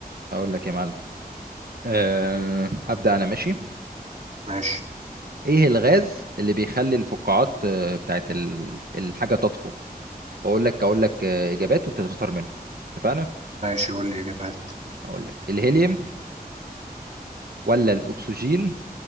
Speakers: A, on the right (about 75°); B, on the right (about 45°).
A: أقول لك يا معلم أه أبدأ أنا ماشي
B: ماشي
A: إيه الغاز اللي بيخلي الفقاعات آه، بتاعت ال- الحاجة تطفو؟ أقول لك أقول لك آه، إجابات وأنت تختار منهم اتفقنا؟
B: ماشي قول لي إجابات
A: أقول لك الهيليوم ولا الأكسجين